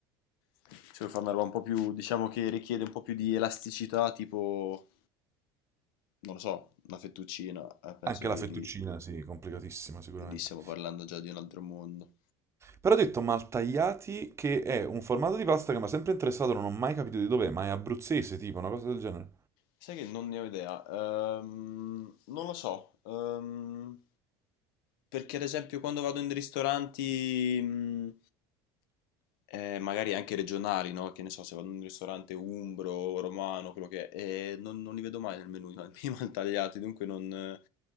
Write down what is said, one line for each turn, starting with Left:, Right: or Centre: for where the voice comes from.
Left: se vuoi fare una roba un po' più, diciamo che richiede un po' più di elasticità, tipo, non lo so, una fettuccina, eh, penso
Right: Anche
Left: che
Right: la fettuccina,
Left: lì,
Right: sì, complicatissima sicuramente.
Left: lì stiamo parlando già di un altro mondo.
Right: Però ho detto maltagliati, che è un formato di pasta che mi ha sempre interessato, non ho mai capito di dov'è, ma è abruzzese, tipo, una cosa del genere.
Left: Sai che non ne ho idea. Ehm, non lo so. Ehm, perché ad esempio quando vado in ristoranti, mh, eh, magari anche regionali, no? Che ne so, se vado in un ristorante umbro, romano, quello che è, eh, non, non li vedo mai nel menù, <laughs> i maltagliati, dunque non, eh,